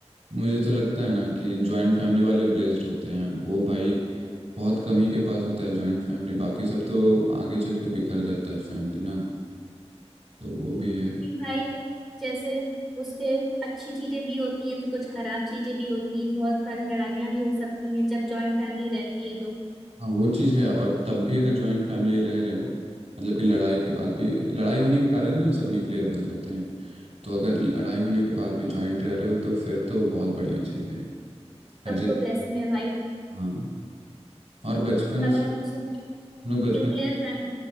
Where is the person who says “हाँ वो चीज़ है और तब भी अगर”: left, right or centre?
Right